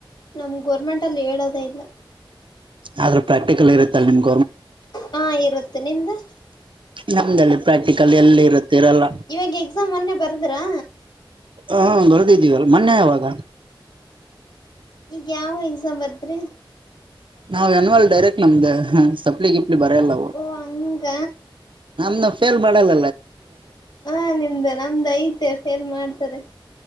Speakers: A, on the left (about 60°); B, on the right (about 70°).
A: ನಮ ಗೋರ್ಮೆಂಟ್ ಅಲ್ಲಿ ಹೇಳದೇ ಇಲ್ಲ
B: ಆದ್ರೆ ಪ್ರಾಕ್ಟಿಕಲ್ ಇರುತ್ತಲ್ಲ ನಿಮ್ದ
A: ಹಾ ಇರುತ್ತೆ ನಿಮ್ದ.
B: ನಮ್ದಲ್ಲಿ ಪ್ರಾಕ್ಟಿಕಲ್ ಎಲ್ಲಿ ಇರುತ್ತೆ ಇರಲ್ಲ
A: ಇವಾಗ ಎಕ್ಸಾಮ್ ಮೊನ್ನೆ ಬರ್ದ್ರಾ
B: ಹಾ ಬರ್ದಿದ್ದೀವಲ್ ಮೊನ್ನೆ ಯಾವಾಗ
A: ಈಗ ಯಾವ ಎಕ್ಸಾಮ್ ಬರದ್ರಿ
B: ನಾವ್ ಎನ್ವಲ್ ಡೈರೆಕ್ಟ್ ನಮ್ದ ಸಪ್ಲಗೆ ಇ ಬರೆಯಲ್ಲ
A: ಓ ಹಂಗ
B: ನಮ ಲ್ ಮಾಡಲ್ಲ
A: ಹಾ ನಿಮ್ದ ನಮ್ದ ಐತೆ ಫೇಲ್ ಮಾಡ್ತಾರೆ